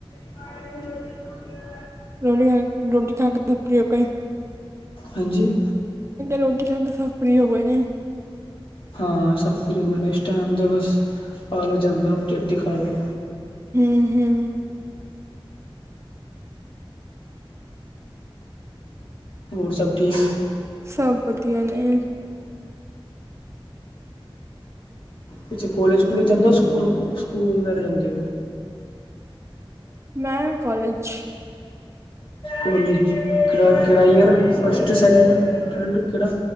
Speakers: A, on the left; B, on the right.
A: ਹ <unintelligible>
B: <unintelligible>
A: ਹਾਂਜੀ।
B: ਰੋਟੀ ਖਾ ਕ <unintelligible>
A: ਹਾਂ, ਸਭ ਫਰੀ ਨੇ ਇਸ ਟਾਈਮ ਤੇ ਬਸ ਪਾ ਲੋੋ ਜਾਂਦਾ ਰੋਟੀ ਰੁਟੀ ਖਾ ਕੇ।
B: ਹੁੰ ਹੁੰ
A: ਹੋਰ ਸਭ ਠੀਕ
B: ਸਭ ਵਧੀਆ ਨੇ
A: ਪਿੱਛੇ ਕੋਲੇਜ ਕੁਲੇਜ ਜਾਂਦੇ ਹੋ ਸਕੂਲ ਸਕੂਲ ਵਗੈਰਾ ਜਾਂਦੇ ਹੋ
B: ਮੈਂ ਕਾਲਜ
A: ਕਾਲਜ ਕਿਹੜਾ, ਕਿਹੜਾ ਈਅਰ ਫਸਟ, ਸੈਕਿੰਡ, ਥਲਡ ਕਿਹੜਾ